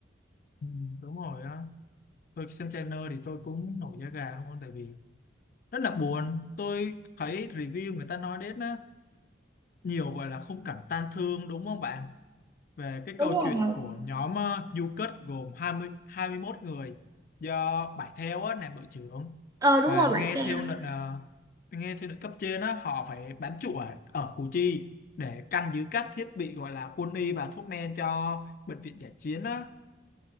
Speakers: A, on the left (about 45°); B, on the right (about 20°).
A: Ừ, đúng rồi á. Tôi xem trailer thì tôi cũng nổi da gà luôn tại vì rất là buồn. Tôi thấy review người ta nói đến á, nhiều gọi là khung cảnh tan thương đúng không bạn? về cái
B: đúng
A: câu
B: rồi
A: chuyện của nhóm ờ, du kích gồm 20, 21 người do Bảy Theo á, làm đội trưởng
B: ờ đúng
A: và
B: rồi vậy
A: nghe
B: thì
A: theo lệnh ờ, nghe theo lệnh cấp trên á, họ phải bám trụ ở, ở Củ Chi để canh giữ các thiết bị gọi là quân y và thuốc men cho bệnh viện giải chiến á.